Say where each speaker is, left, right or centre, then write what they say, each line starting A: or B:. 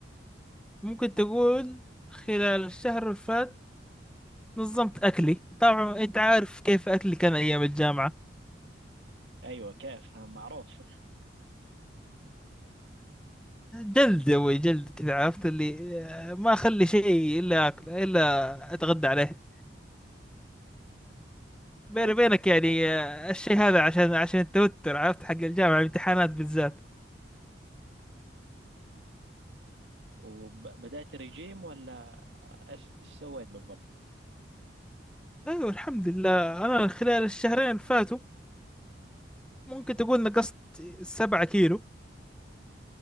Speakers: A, in the centre; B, on the right (about 70°).
A: ممكن تقول خلال الشهر اللي فات نظمت اكلي طبعا انت عارف كيف اكلي كان ايام الجامعة
B: ايوه كيف ها، معروف
A: جلد يا ابوي جلد كذا عرفت اللي آه، ما اخلي شيء الا أكل الا اتغدى عليه بيني
B: <laughs> ايوه
A: بينك يعني آه، الشيء هذا عشان عشان التوتر عرفت حق الجامعه الامتحانات بالذات
B: وبدأت رجيم ولا ايش ايش سويت بالضبط
A: ايوه الحمد لله انا خلال الشهرين اللي فاتوا ممكن تقول نقصت سبعة كيلو